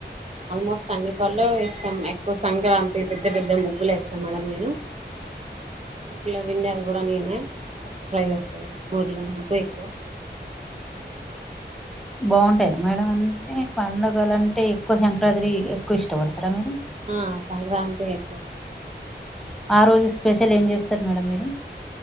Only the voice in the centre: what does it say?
బాగుంటాయ మేడం అన్ని పండుగలు అంటే ఎక్కువ సంక్రాతిరి ఎక్కువ ఇష్టపడతారా మీరు
ఆ రోజు స్పెషల్ ఏం చేస్తరు మేడం మీరు